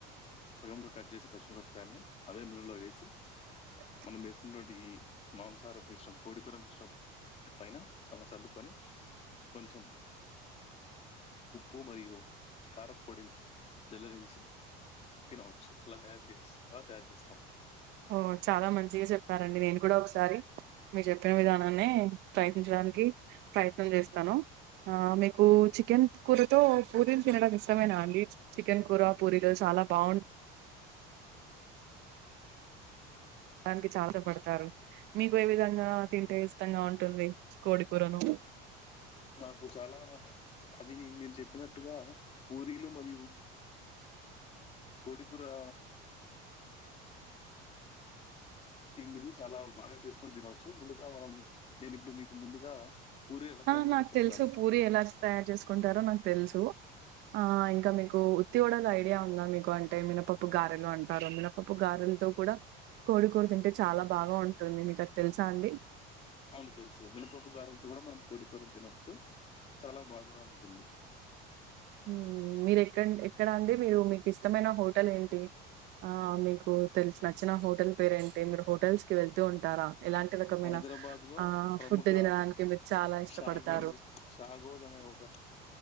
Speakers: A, on the left; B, on the right.
A: పెమ్ గా కట్ చేసి పచ్చిమిరపకాయల్ని అదే నూనేలో వేసి
B: స
A: మనం వేస్తున్నటి మాంసాహపుం మిష్రం కోడికర మిశ్రమం పైన అలా చల్లుకొని కొంచెం ఉప్పు మరియు కార పొడిని జల్లరించి తినవచ్చు అలా తయారు చేస్ అలా తయారు చేస్తాం.
B: ఓ చాలా మంచిగ చెప్పారండి నేను కూడా ఒకసారి మీర్ చెప్పిన విధానాన్నే ప్రయత్నించడానికి ప్రయత్నం చేస్తాను. ఆ మీకు చికెన్ కూరతో పూరీలు తినడం ఇష్టమేనా అండీ? చికెన్ కూర, పూరిలు చాలా బాగుం డానికి చాలసేపు పడతారు, మీకు ఏ విధంగా తింటే ఇష్టంగా ఉంటుంది కోడి కూరను?
A: నాకు చాలా అది మీరు చెప్పినట్టుగా పూరీలు మరియు కోడి కూరా తిమిని చాలా బాగా చేసుకొని తినవచ్చు, ముందుగా మనము నేను ఇప్పుడు మీకు ముందుగా పూరి ఎలా తయారు
B: ఆ
A: చేయాలో
B: నాకు
A: చెప్తాను
B: తెలుసు పూరి ఎలా తయారు చేసుకుంటారో నాకు తెలుసు. ఆ ఇంకా మీకు ఉత్తివడలు ఐడియా ఉందా మీకు, అంటే మినపప్పు గారెలు అంటారు మిన పప్పు గారెలతో కూడ కోడి కూర తింటే చాలా బాగా ఉంటుంది మీకు అది తెలుసా అండి?
A: అవును తెలుసు మినపప్పు గారెలతో గుడ మనం కోడికూర తినవచ్చు, చాలా బాగా ఉంటుంది.
B: ఉమ్ మీరు ఎక్క ఎక్కడ అండి మీరు మీకు ఇష్టమైన హోటల్ ఏంటి? ఆ మీకు తెలిసి నచ్చిన హోటల్ పేరేంటి? మీరు హోటల్స్ కి వెళ్తూ ఉంటారా? ఇలాంటి రకమైన
A: హైదరాబాద్ లో
B: ఆ
A: ప్రముఖ
B: ఫుడ్ తినడానికి మీరు చాలా ఇష్టపడతారు?
A: షాగోజ్ షాగోజ్ అనే ఒక